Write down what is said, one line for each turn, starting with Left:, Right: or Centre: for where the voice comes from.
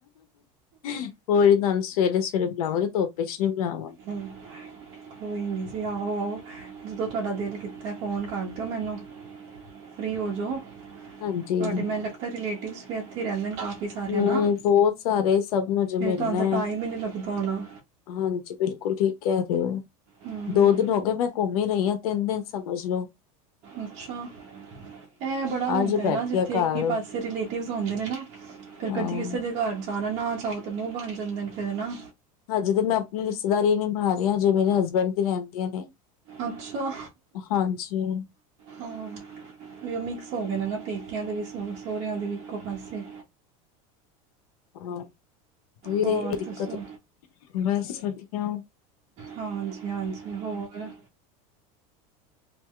Left: ਕੋਈ ਨਾ ਤੁਹਾਨੂੰ ਸਵੇਰੇ -ਸਵੇਰੇ ਬੁਲਾਵਾਂਗੀ ਧੁੱਪ 'ਚ ਨੀ ਬੁਲਾਵਾਂ
Right: ਹਮ। ਕੋਈ ਨਹੀਂ ਜੀ ਆਓ- ਆਓ ਜਦੋਂ ਤੁਹਾਡਾ ਦਿਲ ਕੀਤਾ ਫ਼ੋਨ ਕਰ ਦਿਓ ਮੈਨੂੰ। ਫਰੀ ਹੋ ਜਾਓ
Left: ਹਾਂਜੀ
Right: ਤੁਹਾਡੇ ਮੈਨੂੰ ਲਗਦਾ ਰਿਲੇਟਿਵਸ ਵੀ ਇੱਥੇ ਰਹਿੰਦੇ ਨੇ ਕਾਫੀ ਸਾਰਿਆਂ
Left: ਹੂੰ,
Right: ਨਾਲ
Left: ਬਹੁਤ ਸਾਰੇ ਸਭ ਨੂੰ ਜੇ
Right: ਫੇਰ
Left: ਮਿਲਣਾ
Right: ਤੁਹਾਨੂੰ ਤਾਂ
Left: ਹੈ।
Right: ਟਾਈਮ ਹੀ ਨਹੀ ਲੱਗਦਾ ਹੋਣਾ।
Left: ਹਾਂਜੀ ਬਿਲਕੁਲ ਠੀਕ ਕਹਿ ਰਹੇ ਹੋ।
Right: ਹਮ,
Left: ਦੋ ਦਿਨ ਹੋ ਗੇ, ਮੈਂ ਘੁੰਮ ਹੀ ਰਹੀ ਹਾਂ ਤਿੰਨ ਦਿਨ ਸਮਝ ਲਓ।
Right: ਅੱਛਾ, ਇਹ ਬੜਾ ਹੁੰਦਾ
Left: ਅੱਜ ਬੈਠੀ
Right: ਨਾ ਜਿੱਥੇ
Left: ਆ ਘਰ
Right: ਇੱਕ ਹੀ ਪਾਸੇ ਰਿਲੇਟ ਆਉਦੇ ਨੇ ਨਾ ਫਿਰ
Left: ਹਾਂ।
Right: ਕਦੀ ਕਿਸੇ ਦੇ ਘਰ ਜਾਣਾ ਨਾਹ ਜਾਓ ਤੇ ਮੂੰਹ ਬਣ ਜਾਂਦੇ ਫਿਰ ਨਾ
Left: ਹਜੇ ਤੇ ਮੈਂ ਆਪਣੀ ਰਿਸ਼ਤੇਦਾਰੀ ਨਿਭਾ ਰਹੀ ਹਾਂ ਜੇ ਮੇਰੇ ਹਸਬੈਂਡ ਦੀਆਂ ਰਹਿੰਦੀਆਂ ਨੇ।
Right: ਅੱਛਾ।
Left: ਹਾਂਜੀ,
Right: ਹਾਂ ਵੀ ਉਹ ਮਿਕਸ ਹੋ ਗਏ ਨਾ ਪੇਕਿਆਂ ਦੇ ਵੀ ਸਹੁਰਿਆਂ ਦੇ ਵੀ ਇੱਕੋ ਪਾਸੇ।
Left: ਹਾਂ ਉਹੀ
Right: ਹੋਰ
Left: ਰਹੀ ਦਿੱਕਤ
Right: ਦੱਸੋ
Left: ਬਸ ਵਧੀਆ।
Right: ਹਾਂਜੀ -ਹਾਂਜੀ ਹੋਰ